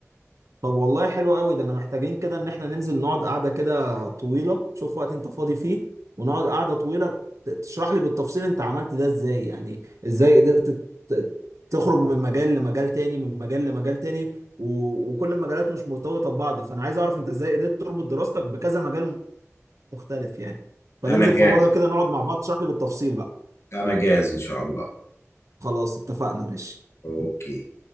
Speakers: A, on the right; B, on the left.
A: طب والله حلو قوي ده انا محتاجين كده ان احنا ننزل نقعد قعدة كده طويلة شوف وقت انت فاضي فيه ونقعد قعدة طويلة ت- تشرح لي بالتفصيل انت عملت ده ازاي يعني ازاي قدرت ت- تخرج من مجال لمجال تاني من مجال لمجال تاني و... وكل المجالات مش مرتبطة ببعض فانا عايز اعرف انت ازاي قدرت تربط دراستك بكذا مجال مختلف يعني فننزل
B: انا جاهز
A: في مرة كده نقعد مع بعض تشرح لي بالتفصيل بقى
B: انا جاهز ان شاء الله
A: خلاص اتفقنا ماشي
B: اوكي